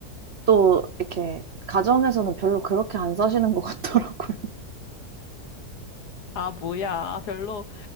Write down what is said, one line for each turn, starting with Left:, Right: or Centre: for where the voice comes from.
Right: 또 이렇게 가정에서는 별로 그렇게 안 사시는 것 같더라고요.
Left: 아, 뭐야. 아, 별로.